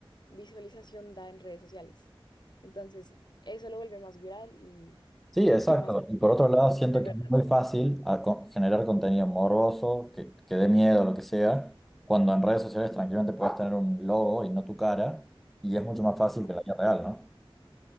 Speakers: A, on the left; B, in the centre.
A: visualización da en redes sociales. Entonces, eso lo vuelve más viral y
B: Sí, exacto.
A: mucho más...
B: Y por otro lado, siento
A: La verdad,
B: que es muy fácil a co- generar contenido morboso, que, que dé miedo, lo que sea, cuando en redes sociales tranquilamente puedes tener un logo y no tu cara, y es mucho más fácil
A: ¿no?
B: que la vida real, ¿no?